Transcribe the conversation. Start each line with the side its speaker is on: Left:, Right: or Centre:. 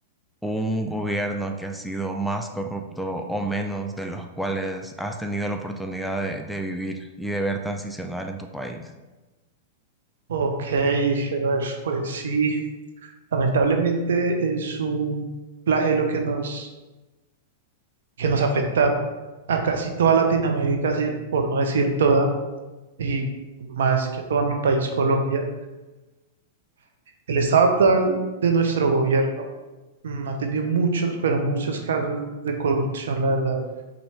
Centre: un gobierno que ha sido más corrupto o menos de los cuales has tenido la oportunidad de, de vivir y de ver transicionar en tu país?
Right: Ok, Gerard, pues sí, lamentablemente es un flagelo que nos, que nos afecta a casi toda Latinoamérica, si- por no decir toda, y más que todo a mi país, Colombia. El estado actual de nuestro gobierno mm, ha tenido muchos, pero muchos casos de corrupción, la verdad.